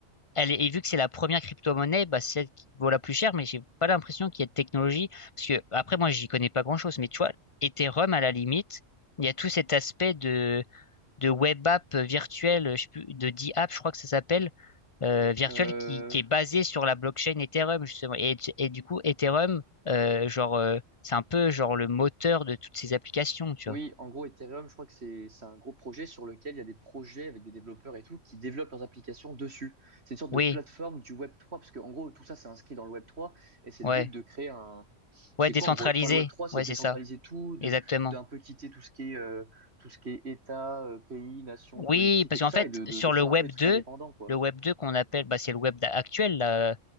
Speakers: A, on the left; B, on the right.
A: Elle est- et vu que c'est la première crypto-monnaie, bah, c'est celle qui vaut la plus chère mais j'ai pas l'impression qu'il y ait de technologie. Parce que, après, moi, j'y connais pas grand-chose, mais tu vois, Ethereum, à la limite, il y a tout cet aspect de web app virtuelle, je sais plus, de D-App, je crois que ça s'appelle, euh, virtuelle
B: Euh,
A: qui, qui est basée sur la blockchain Ethereum, justement. Et, et du coup, Ethereum, euh, genre, euh, c'est un peu genre le moteur de toutes ces applications, tu
B: Oui,
A: vois.
B: en gros, Ethereum, je crois que c'est c'est un gros projet sur lequel il y a des projets avec des développeurs et tout qui développent leurs applications dessus. C'est une sorte de
A: Oui,
B: plateforme du Web trois parce que en gros, tout ça, c'est inscrit dans le Web trois et c'est le
A: ouais,
B: but de créer un. C'est
A: ouais, décentralisé,
B: quoi en gros? Enfin, le Web trois c'est
A: ouais,
B: de décentraliser
A: c'est ça,
B: tout, de
A: exactement.
B: d'un peu quitter tout ce qui est euh, tout ce qui est État, euh, pays, nation,
A: Oui,
B: politique
A: parce
B: et tout
A: qu'en
B: ça,
A: fait,
B: et de, de,
A: sur
B: de faire
A: le Web
B: un peu des trucs
A: deux,
B: indépendants, quoi.
A: le Web 2 qu'on appelle, bah, c'est le Web d'a- actuel, là, euh,